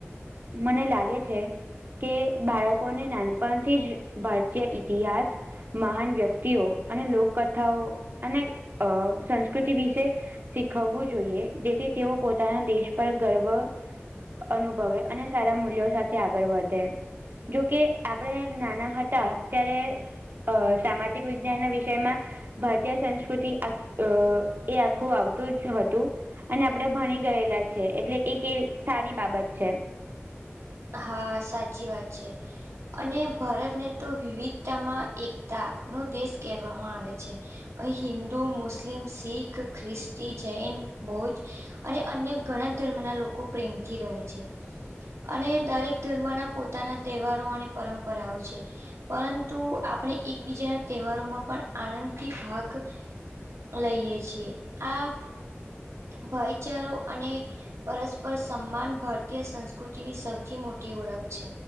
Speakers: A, on the right; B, on the right.
A: મને લાગે છે. કે બાળકોને નાનપણથી જ ભારતીય ઇતિહાસ મહાન વ્યક્તિઓ અને લોકકથાઓ અને અ સંસ સંકૃતિ વિશે શીખવવું જોઈએ જેથી તેઓ પોતાના દેશ પર ગર્વ અનુભવે અને સારા મૂલ્યો સાથે આગળ વધે. જોકે આપણે નાના હતા ત્યારે અ સામાજિક વિજ્ઞાનના વિષયમાં ભારતીય સંસ્કૃતિ આ એ આખું આવતું જ હતું. અને આપણે ભણી ગયેલા છે એટલે એક એવી સારી બાબત છે.
B: હા સાચી વાત છે. અને ભારતને તો વિવિધતામાં એકતા નો દેશ કહેવામાં આવે છે. અહીં હિન્દુ, મુસ્લિમ, શીખ, ખ્રિસ્તી, જૈન, બૌદ્ધ. અને અન્ય ઘણા ધર્મ ના લોકો પ્રેમથી રહે છે અને દરેક ધર્મના પોતાના તહેવારો અને પરંપરાઓ છે. પરંતુ આપણે એકબીજાના તહેવારોમાં પણ આનંદથી ભાગ લઈએ છીએ આ ભાઈચારો અને પરસ્પર સન્માન ભારતીય સંસ્કૃતિની સ સ થી મોટી ઓળખ છે.